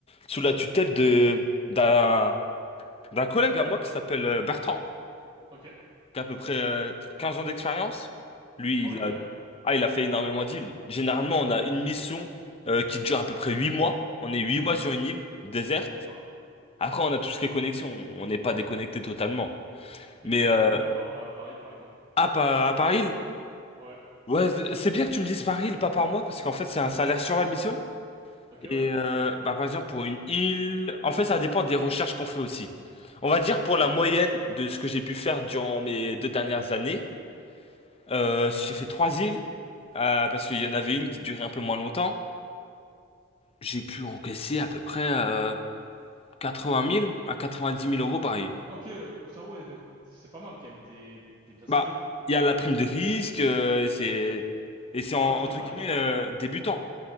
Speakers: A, on the left; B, on the right.
A: sous la tutelle de, d'un, d'un collègue à moi qui s'appelle euh, Bertrand,
B: ok.
A: qui a à peu près euh, 15 ans d'expérience. Lui,
B: Ah
A: il
B: oui,
A: a,
B: quand même.
A: ah, il a fait énormément d'îles. Généralement, on a une mission euh, qui dure à peu près 8 mois. On est 8 mois sur une île déserte.
B: D'accord.
A: Après, on a tout ce qui est connexion. On n'est pas déconnecté totalement.
B: Mais
A: Mais
B: tu
A: euh,
B: gagnes combien par, euh, par lead, par exemple?
A: à, Pa- à Paris,
B: Ouais.
A: Ouais, c'est c'est bien que tu me dises par île, pas par mois, parce qu'en fait, c'est un salaire sur la mission.
B: Ok, ouais.
A: Et euh, bah, par exemple, pour une île, en fait, ça dépend des recherches qu'on fait aussi. On va
B: Mhm.
A: dire pour la moyenne de ce que j'ai pu faire durant mes deux dernières années, euh, j'ai fait trois îles, euh, parce qu'il y en avait une qui durait un peu moins longtemps. J'ai pu encaisser à peu près euh, 80 000 à 90 000 euros par île.
B: Ok, euh, au cerveau, ouais, donc c'est pas mal quand même. T'es, t'es bien
A: Bah,
B: servi.
A: il y a la prime de risque, euh, c'est et c'est en-
B: Ah, je
A: entre
B: dis pas,
A: guillemets
B: je dis pas.
A: euh, débutant.